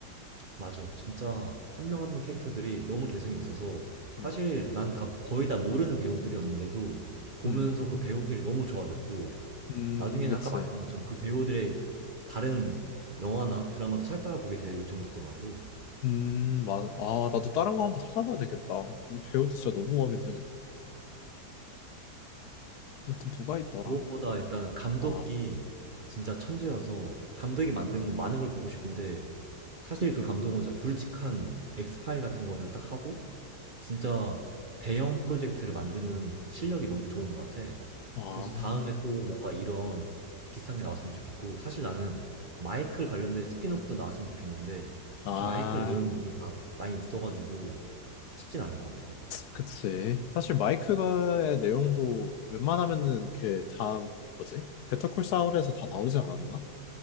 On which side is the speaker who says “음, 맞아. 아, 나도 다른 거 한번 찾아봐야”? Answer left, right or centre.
Left